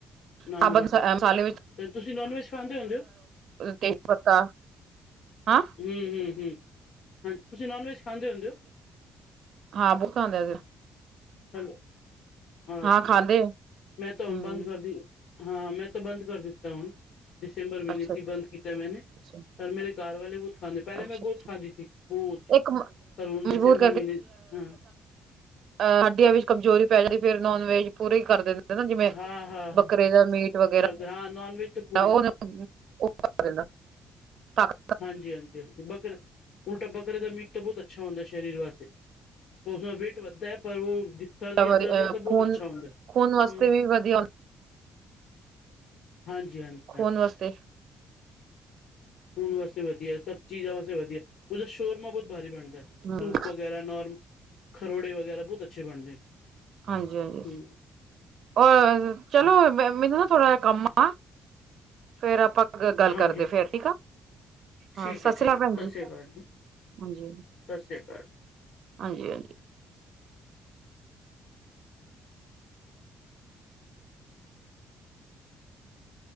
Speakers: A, on the left; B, on the right.
A: ਨੋਨ
B: ਸਾਬਤ
A: ਵੈਜ
B: ਮਸਾ-
A: ਹੋਵੇ,
B: ਮਸਾਲੇ
A: ਤੇ ਤੁਸੀਂ ਨੋਨ ਵੈੱਜ ਖਾਂਦੇ ਹੁੰਦੇ ਓ?
B: ਤੇਜ਼ ਪੱਤਾ, ਹਾਂ!
A: ਹੂੰ, ਹੂੰ, ਹੂੰ ਹਾਂਜ ਤੁਸੀਂ ਨੋਨ ਵੈੱਜ ਖਾਂਦੇ ਹੁੰਦੇ ਹੋ?
B: ਹਾਂ, ਬਹੁਤ ਖਾਂਦੇ ਅਸੀ।
A: ਹੈਲੋ, ਅੱਛਾ
B: ਹਾਂ ਖਾਂਦੇ
A: -ਅੱਛਾ ਮੈਂ ਤਾਂ
B: ਹਮ
A: ਹੁਣ ਬੰਦ ਕਰਤੀ। ਹਾਂ ਮੈਂ ਤਾਂ ਬੰਦ ਕਰ ਦਿੱਤਾ ਹੁਣ, ਦਸੰਬਰ ਮਹੀਨੇ
B: ਅੱਛਾ
A: ਸੀ ਬੰਦ ਕੀਤਾ ਮੈਨੇ।
B: <unintelligible>
A: ਪਰ ਮੇਰੇ ਘਰ ਵਾਲੇ ਬਹੁਤ ਖਾਂਦੇ। ਪਹਿਲੇ
B: ਅੱਛਾ
A: ਮੈਂ ਬਹੁਤ ਖਾਂਦੀ ਸੀ ਬਹੁਤ।
B: ਇੱਕ ਮ-
A: ਪਰ ਹੁਣ ਦਿਸੰਬਰ
B: ਮਜਬੂਰ
A: ਮਹੀਨੇ ਚ ਹਾਂ।
B: ਅ ਹੱਡੀਆਂ ਵਿੱਚ ਕਮਜ਼ੋਰੀ ਪੈ ਜਾਂਦੀ, ਫਿਰ ਨੋਨ ਵੈਜ ਪੂਰੀ ਕਰ ਦੇ ਦਾ ਨਾਂ ਜਿਵੇਂ
A: ਹਾਂ-ਹਾਂ
B: -ਬੱਕਰੇ ਦਾ ਮੀਟ ਵਗੈਰਾ
A: ਕਰਦੇ ਹਾਂ ਨੋਨ ਵੈਜ ਤਾਂ ਪੂਰੀ
B: ਉਹ <inaudible> <unintelligible>
A: ਹਾਂਜੀ, ਹਾਂਜੀ, ਹਾਂਜੀ ਬੱਕਰੇ, ਉਲਟਾ ਬੱਕਰੇ ਦਾ ਮੀਟ ਤਾਂ ਬਹੁਤ ਅੱਛਾ ਹੁੰਦਾ ਸਰੀਰ ਵਾਸਤੇ। ਉਸ ਨਾਲ ਵੇਟ ਵੱਧਦਾ ਐ ਪਰ ਉਹ ਸਰਦੀਆਂ-
B: ਵਧ
A: ਸਰਦੀਆਂ
B: ਅ
A: ਤਾਂ ਬਹੁਤ
B: ਖੂਨ
A: ਅੱਛਾ ਹੁੰਦਾ
B: ਖੂਨ ਵਾਸਤੇ
A: ਏ ਹੂੰ।
B: ਵੀ ਵਧੀਆ
A: ਹਾਂਜੀ- ਹਾਂਜੀ।
B: ਖੂਨ ਵਾਸਤੇ
A: ਖੂਨ ਵਾਸਤੇ ਵਧੀਆ, ਸਭ ਚੀਜ਼ਾਂ ਵਾਸਤੇ ਵਧੀਆ, ਉਹਦਾ ਸ਼ੋਰਮਾ ਬਹੁਤ ਬਾਰੀ ਬਣਦਾ।
B: ਹਮ
A: ਸੂਪ ਵਗੈਰਾ, ਨੋਰਮ ਖਰੋੜੇ ਵਗੈਰਾ ਬਹੁਤ ਅੱਛੇ ਬਣਦੇ।
B: ਹਾਂਜੀ-ਹਾਂਜੀ।
A: ਨੇ
B: ਔਰ ਚਲੋ
A: ਹਮ
B: ਮੈਂ ਮੈਨੂੰ ਨਾ ਥੋੜ੍ਹਾ ਜਿਹਾ ਕੰਮ ਆ। ਫੇਰ ਆਪਾਂ ਗੱਲ
A: ਹਾਂਜੀ
B: ਕਰਦੇ ਫੇਰ ਠੀਕ ਆ। ਹਾਂ
A: ਠੀਕ
B: ਸਤਿ
A: ਹੈ ਠੀਕ
B: ਸ੍ਰੀ
A: ਹੈ
B: ਅਕਾਲ
A: ਸਤਿ
B: ਭੈਣ ਜੀ,
A: ਸ੍ਰੀ ਅਕਾਲ ਜੀ
B: ਹਾਂਜੀ- ਹਾਂਜੀ।
A: ਸਤਿ ਸ੍ਰੀ ਅਕਾਲ
B: ਹਾਂਜੀ- ਹਾਂਜੀ।